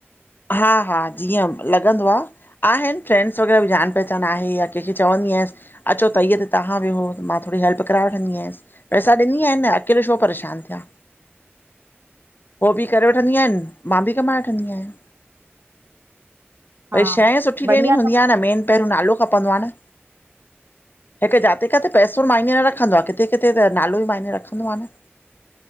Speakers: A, on the left; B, on the right.
A: हा- हा जीअं लॻंदो आ। आहिनि फ्रैंड्स वग़ैरह बि, जान- पहचान आहे या कैंखे चवनि आयसि। अचो तई ते तव्हां वेहो, मां थोड़ी हेल्प कराए वठंदी आयासि। पैसा ॾिनी आहिनि न अकेले शो परेशान थिया? हो बि करे वठन्दियुंन, मां बि कमाए वठंदी आहियां।
B: हा
A: पर शये सुठी
B: बढ़िया
A: ॾियणी हूंदी
B: तव,
A: आ न, मेन पहिरियों नालो खपंदो आहे न? हिकु जाते- काथे पैसो न मायने न रखंदो आ, किथे- किथे त नालो ई मायने रखंदो आ न?